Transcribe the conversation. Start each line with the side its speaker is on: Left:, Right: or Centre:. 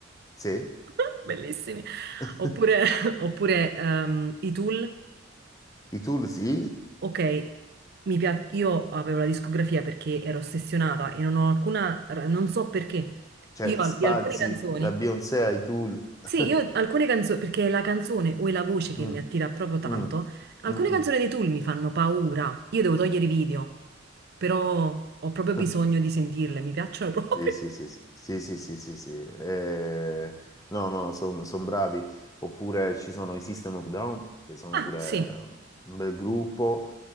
Left: Sì,
Right: <laughs> bellissimi,
Left: <laughs>
Right: oppure, <laughs> oppure ehm, i Tool,
Left: i Tool sì,
Right: ok, mi pia- io avevo la discografia perché ero ossessionata e non ho alcuna... non so perché,
Left: cioè
Right: io
Left: spazi
Right: di alcune canzoni...
Left: da Beyoncé ai Tool. <laughs>
Right: Sì, io alcune canzoni, perché è la canzone o è la voce che
Left: Mm,
Right: mi attira proprio tanto,
Left: mm,
Right: alcune
Left: mm,
Right: canzoni dei Tool mi fanno paura. Io devo togliere i video, però ho proprio bisogno
Left: mm. <laughs>
Right: di sentirle, mi piacciono <laughs> proprio.
Left: Sì, sì, sì, sì, sì, sì, sì, sì, sì. Eh, no, no, sono bravi. Oppure ci sono i System of Down, che sono
Right: Ah,
Left: pure
Right: sì.
Left: un bel gruppo.